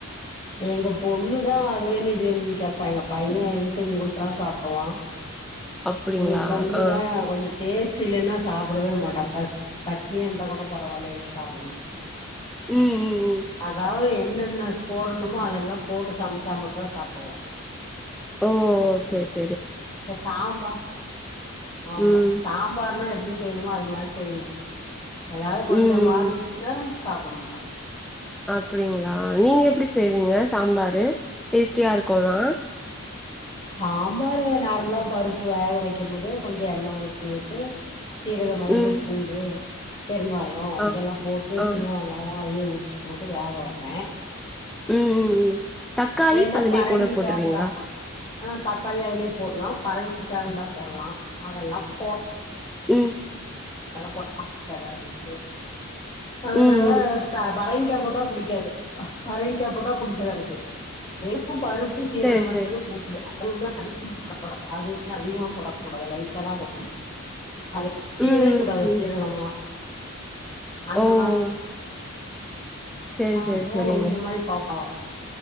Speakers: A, on the left; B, in the centre.
A: எங்க பொண்ணுதா அது வேணு இது வேனுனு கேப்பா எங்க பையே எது செஞ்சு குடுத்தாலு சாப்பிடுவா
B: அப்டிங்களா
A: உள்ள பொண்ணுதா
B: ஆ
A: கொஞ்சோ டேஸ்ட் இல்லன்னா சாப்பிடவேமாட்ட பஷ் பட்னியா இந்தா கூட பரவாயில்ல சாப்பிடமாட்
B: ம் ம் ம்
A: அதாவது இன்ன என்னா போடணுமோ அதெல்லா போட்டு சாமச்சா மட்டுதா சாப்புடுவா
B: ஓ சேரி சே
A: இப்ப சாம்பா ஆமா
B: ம்
A: சாம்பார்னா எப்பிடி செய்யணுமோ அது மாரி செய்யணு ஏதாவது கொஞ்சோ
B: ம்
A: மாரிச்சின்னா சாப்பிடமாட்டா
B: அப்பிடிங்களா ஆ நீங்க எப்பிடி செய்வீங்க சாம்பாரு டேஸ்ட்டியா இருக்கோனா
A: சாம்பார் நார்மலா பருப்பு வேக வைக்கு போது கொஞ்சோ எண்ணெ ஊத்திவுட்டு சீரகம் மெளகு
B: ம்
A: பூண்டு பெருங்காயோ
B: ஆ
A: இதெல்லா போட்டு
B: ஆ
A: சின்ன வெங்காயோ அதிலியு ன்ச்சி போட்டு வேக வைப்பே
B: ம் ம் ம் தக்காளி
A: வேணா
B: அதுலயே
A: பரங்கிக்கா
B: கூட போட்ருவீங்களா
A: இருந்தா போனு ஆ தக்காளி அதிலியே போலா பரங் கரண்டா போடலா அதெல்லா போ
B: ம்
A: அதல்ல போட்டா ஏதாவது இருக்கு அதனால
B: ம் ம்
A: தா வரைங்கா போட்டா புடிக்காது பரைங்க போட்டா புடிக்கது எனக்கு எனக்கு பருப்பு சீரண
B: சேரி
A: மெளக்கு
B: சேரி
A: பூண்டு அதும அதிகமா போடக்கூடாது அது அதிகமா போடக்கூடாது லைட்ட தா போடணு அது தெரியவே
B: ம்
A: கூடாது
B: ம்
A: சீரகம்ல்லா
B: ம்
A: அந்த
B: ஓ
A: மாரி
B: சேரி
A: ஆ
B: சேரி
A: போ
B: சேரிங்க
A: இந்த மாரி பாக்காவா